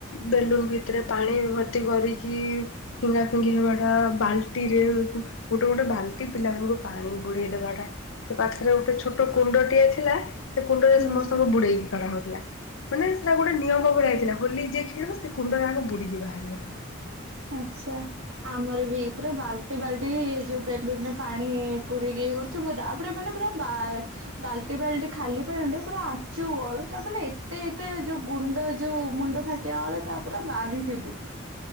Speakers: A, on the left; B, on the right.
A: ବେଲୁନ୍ ଭିତରେ ପାଣି ଭର୍ତ୍ତି କରିକି ଫିଙ୍ଗା ଫିଙ୍ଗି ହେବାଟା ବାଲ୍ ଟିରେ ଗୋଟେ ଗୋଟେ ବାଲ୍ଟି ପିଲାମାନଙ୍କୁ ପାଣି ବୁଡେଇ ଦବାଟା ତ ପାଖରେ ଗୋଟେ ଛୋଟ କୁଣ୍ଡଟିଏ ଥିଲା ସେ କୁଣ୍ଡରେ
B: ହୁଁ।
A: ସମସ୍ତଙ୍କୁ ବୁଡେଇକି କରାହଉଥିଲା। ମାନେ ସେଇଟା ଗୋଟେ ନିୟମ ଭଳିଆ ହେଇଥିଲା ହୋଲି ଯିଏ ଖେଳିବ ସେ କୁଣ୍ଡରେ ଆଗେ ବୁଡିକି ବାହାରିବା
B: ଆଚ୍ଛା। ଆମର ବି ପୁରା ବାଲ୍ଟି ବାଲ୍ଟି ଯୋଉ ବେଲୁନରେ ପାଣି ପୁରେଇକି କର ଥିବ ତାପରେ ମାନେ ପୁରା ବା ବାଲ୍ଟି ବାଲ୍ଟି ଖାଲି ପାଣିରେ ରେ ପୁରା ଆଚୁ ଅଳୁତା ମାନେ ଏତେ ଏତେ ଯୋଉ ଗୁଣ୍ଡ ଯୋଉ ମୁଣ୍ଡ ଫାଟ୍ ତେ ଅଳତା ପୁରା ବାରିଥିବୁ।